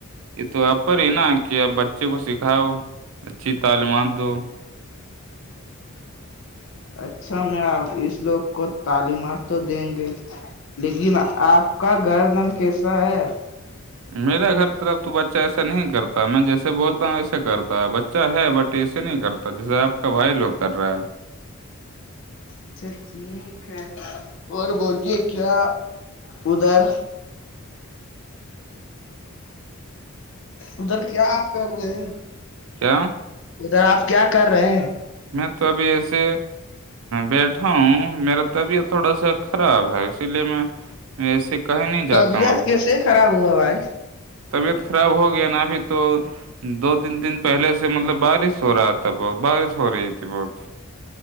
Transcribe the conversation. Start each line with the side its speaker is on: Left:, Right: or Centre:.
Right: یہ تو ا پر ہی نا کہ آپ بچے کو سکھاؤ اچھی تعلیمات دو
Left: اچھا میں آپ اس لوگ کو تعلیمات تو دیں گے لیکن آپ کا گھر دن کیسا ہے
Right: میرے گھر طرف تو بچہ ایسا نہیں کرتا میں جیسے بولتا ہوں ویسے کرتا ہے بچ اچھا ہے بٹ ایسے نہیں کرتا جیسے آپ کا بھائی لوگ کر رہا ہے
Left: اچھا ٹھیک ہے اور بوے کیا ادھر ادھر کیا آپ کر رہے ہیں
Right: کیا
Left: ادھر آپ کیا کر رہے ہیں
Right: میں تو ابھی ایسے بیٹھا ہوں میرا تو ابھی تھوڑا سا خراب ہے اسی لیے میں ایسے کہ نہیں
Left: طبیعت
Right: جاتا ہوں ابھی
Left: کیسے خراب ہوا ہوا ہے
Right: طبیعت خراب ہو گیا نا ابھی تو دو تین دن پہلے سے مطلب بارش ہو رہا تھا بہت بارش ہو رہی تھی بہت